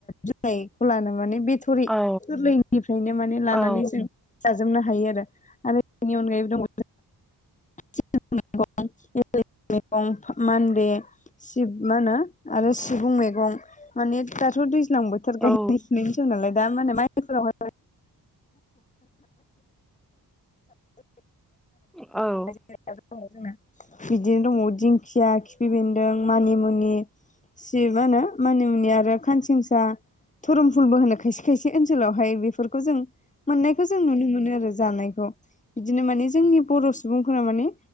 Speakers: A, on the left; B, in the centre.
A: जनायखौ लानो माने बे सुरि
B: औ
A: गोरलैनिफ्रायनो माने लानानै
B: औ
A: जों जाजोबनो हायो आरो आरो बेनि अनगायैबो दङ जोंहा मैगं मैगं मानद सिब मा होनो आरो सिबुं मैगं माने दाथ' दैज्लां बोथोर गायनाय
B: औ
A: न जों नालाय दा माने माइफोरावहाय
B: औ
A: दङ जोंना बिदिनो दङ दिंखिया खिफि बेन्दों मानिमुनि सिबआ होनो मानि मुनि आरो खानसिंसा धरम फुलबो होनो खायसे खायसे ओनसोलावहाय बेफोरखौ जों मोननायखौ जों नुनो मोनो आरो जानायखौ बिदिनो माने जोंनि बर' सुबुंफोरा मान